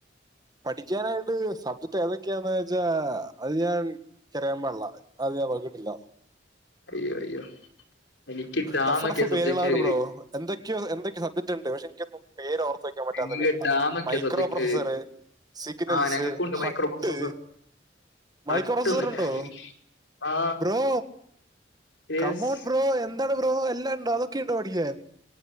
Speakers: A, on the right; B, on the left.
A: പഠിക്കാനായിട്ട് സബ്ജക്ട് ഏതൊക്കെയാന്ന് വെച്ചാ അത് ഞാൻ എനിക്കറിയാൻ പാടിള്ള അത് ഞാൻ നോക്കിട്ടില്ല
B: അയ്യോ അയ്യോ എനിക്ക് ഡാന്നൊക്കെയ
A: ടഫ് ടഫ്
B: സബ്ജക്ട്ര്
A: പേരുകളാണ്
B: കഴിയല്
A: ബ്രോ എന്തൊക്കെയോ എന്തൊക്കെ സബ്ജക്ട് ഉണ്ട് പക്ഷെ എനിക്ക് ഒന്നും പേര് ഓർത്ത് വെക്കാൻ പറ്റാത്ത
B: നിങ്ങൾക്ക്
A: പേരുകളാ
B: ഡാന്നൊക്കെയാ
A: മൈക്രോ
B: സബ്ജക്റ്റ്
A: പ്രൊസസറ്
B: പേര്
A: സിഗ്നൽസ്
B: ആ ഞങ്ങൾക്കുണ്ട്
A: ഹട്ട്
B: മൈക്രോ പ്രോസസർ
A: മൈക്കറസറണ്ടോ
B: അട്ടൊന്നില്ല ആ
A: ബ്രോ
B: യെസ്
A: കമോൺ ബ്രോ എന്താണ് ബ്രോ എല്ലാം ഉണ്ടോ അതൊക്കെ ഉണ്ടോ പഠിക്കാൻ